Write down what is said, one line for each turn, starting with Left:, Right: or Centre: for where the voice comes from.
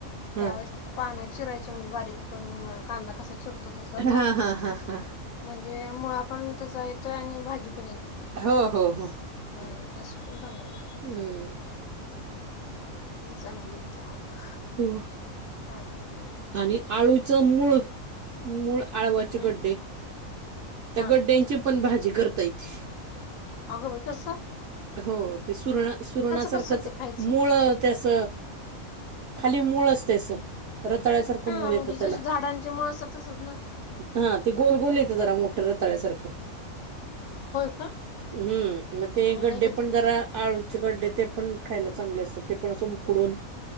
Right: हा
Left: त्यावेेळेस ते पाण्यात चिरायचे म्हणजे बारीक आपण कांदा कसा चिरतो तसाच
Right: हा हा हा हा
Left: म्हणजे मुळा पण त्याचा येतोय आणि भाजी पण येते
Right: हो हो हो
Left: हा
Right: हम्म
Left: तशी पण चांगली लागते
Right: हम्म
Left: ती ती चांगली होती मग
Right: हो
Left: आणि
Right: आणि आळूचं मूळ मूळ आळवाचे
Left: हम्
Right: गड्डे त्या
Left: हा
Right: गड्ड्यांची पण भाजी करता येते
Left: आग बई कस
Right: हो ते सुरण सुरणासारखंच
Left: कसं ते खायचं
Right: मूळ ते अस खाली मूळ असते अस रतळ्यासारखं
Left: हा
Right: मूळ
Left: म्हणजे
Right: येतं
Left: जशी
Right: त्याला
Left: झाडांची मुळ असतात तसच ना
Right: हा ते गोलगोल येतं जरा मोठ रताळ्यासारखं
Left: होय का
Right: हम्म मग ते
Left: मी
Right: गड्डे
Left: नाही कधी
Right: पण
Left: बघितलेली
Right: जरा आळूचे गड्डे ते पण खायला चांगले असतात ते पण असं उकडून